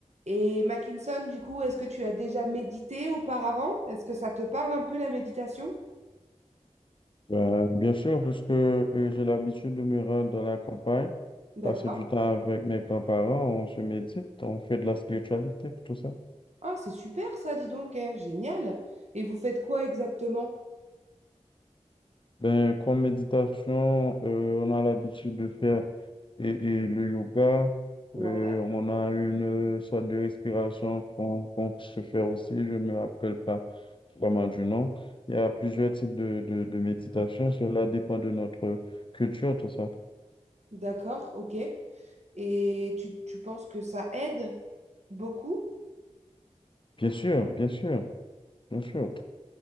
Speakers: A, on the right (about 60°); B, on the left (about 40°).
A: Et Mackinson, du coup, est-ce que tu as déjà médité auparavant? Est-ce que ça te parle un peu la méditation?
B: Ben, bien sûr, puisque euh, j'ai l'habitude de me rendre dans la campagne,
A: D'accord.
B: passer du temps avec mes grands-parents, on se médite, on fait de la spiritualité, tout ça.
A: Ah, c'est super ça, dis donc, eh, génial. Et vous faites quoi exactement?
B: Ben, comme méditation, euh, on a l'habitude de faire et, et le yoga,
A: Ouais,
B: euh, on a une euh, sorte de respiration qu'on qu'on se fait aussi, je ne me rappelle pas vraiment du nom. Il y a plusieurs types de, de, de méditation, cela dépend de notre culture, tout ça.
A: d'accord, ok. Et tu, tu penses que ça aide beaucoup?
B: Bien sûr, bien sûr, bien sûr.